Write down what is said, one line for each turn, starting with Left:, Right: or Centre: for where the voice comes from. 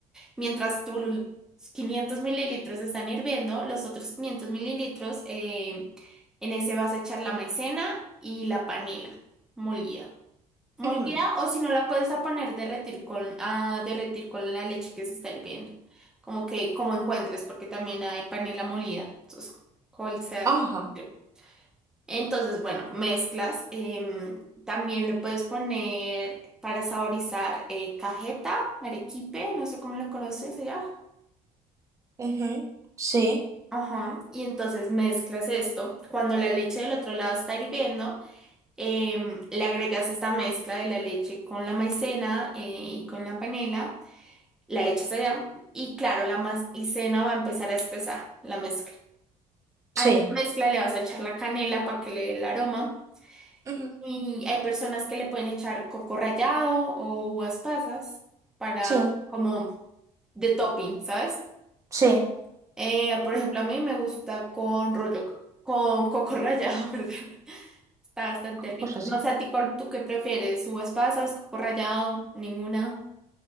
Centre: Mientras tus 500 mililitros están hirviendo, los otros 500 mililitros eh, en ese vas a echar la maicena y la panela molida. Molida
Right: ujú,
Centre: o si no la puedes a poner derretir con, a derretir con la leche que se está hirviendo. Como que como encuentres, porque también hay panela molida. Entonces, cual sea.
Right: ajá,
Centre: Sí. Entonces, bueno, mezclas. em, también le puedes poner para saborizar eh, cajeta, arequipe, no sé cómo lo conoces allá.
Right: ujú, sí,
Centre: Ajá, y entonces mezclas esto. Cuando la leche del otro lado está hirviendo, em, le agregas esta mezcla de la leche con la maicena eh, y con la panela, la echas allá y claro, la maicena va a empezar a espesar la mezcla.
Right: sí,
Centre: A esa mezcla le vas a echar la canela para que le dé el aroma
Right: ujú,
Centre: y hay personas que le pueden echar coco rallado o uvas pasas para
Right: sí,
Centre: como de topping, ¿sabes?
Right: sí,
Centre: Eh, por
Right: mm,
Centre: ejemplo, a mí me gusta con rollo, con coco rallado, <laughs> perdón. Está bastante
Right: coco
Centre: rico.
Right: rallado.
Centre: No sé a ti cuál tú qué prefieres, uvas pasas, coco rallado, ninguna.